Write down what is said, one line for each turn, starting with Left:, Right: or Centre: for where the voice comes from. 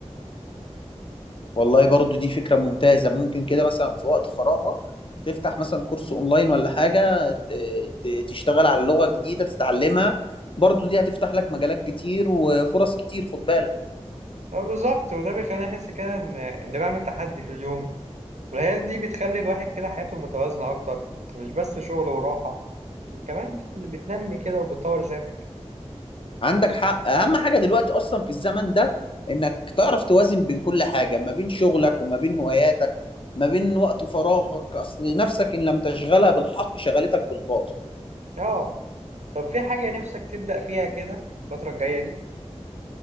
Left: والله برضو دي فكرة ممتازة ممكن كده مثلا في وقت فراغك تفتح مثلا كورس اونلاين ولا حاجة ت- ت- تشتغل على لغة جديدة تتعلمها برضو دي هتفتح لك مجالات كتير وفرص كتير خد بالك
Right: اه بالظبط وده بيخليني احس كده ان ان بعمل تحدي في اليوم والهوايات دي بتخلي الواحد كده حياته متوازنة اكتر مش بس شغل وراحة لكن كمان بت... بتنمي كده وبتطور ذاتك
Left: عندك حق اهم حاجة دلوقتي اصلا في الزمن ده انك تعرف توازن بين كل حاجة ما بين شغلك وما بين هواياتك ما بين وقت فراغك اصل نفسك ان لم تشغلها بالحق شغلتك بالباطل
Right: اه طب في حاجة نفسك تبدأ فيها كده الفترة الجاية دي